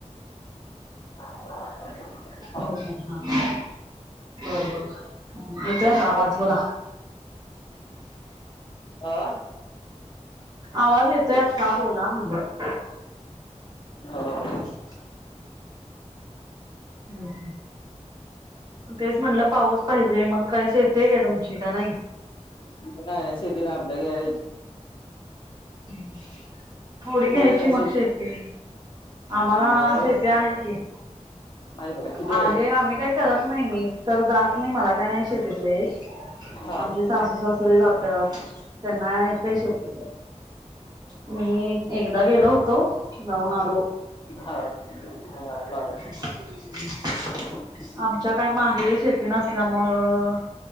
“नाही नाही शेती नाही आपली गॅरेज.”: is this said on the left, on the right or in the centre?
Left